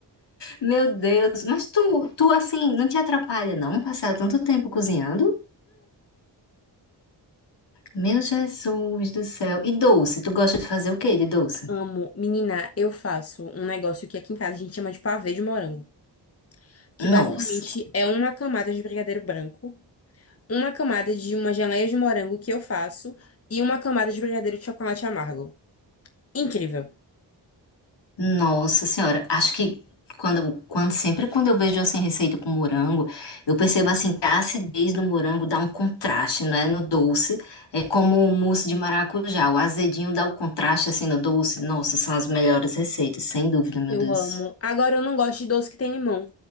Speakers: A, on the left; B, on the left.
A: Meu Deus, mas tu, tu assim, não te atrapalha não passar tanto tempo cozinhando? Meu Jesus do céu. E doce, tu gosta de fazer o quê de doce?
B: Amo, menina, eu faço um negócio que aqui em casa a gente chama de pavê de morango, que
A: Nossa,
B: basicamente é uma camada de brigadeiro branco. uma camada de uma geleia de morango que eu faço e uma camada de brigadeiro de chocolate amargo. Incrível.
A: nossa senhora, acho que quando, quando sempre quando eu vejo assim receita com morango, eu percebo assim que a acidez do morango dá um contraste, não é, no doce. É como o mousse de maracujá, o azedinho dá o contraste assim no doce. Nossa, são as melhores receitas, sem dúvida, meu
B: Eu
A: Deus.
B: amo. Agora eu não gosto de doce que tem limão.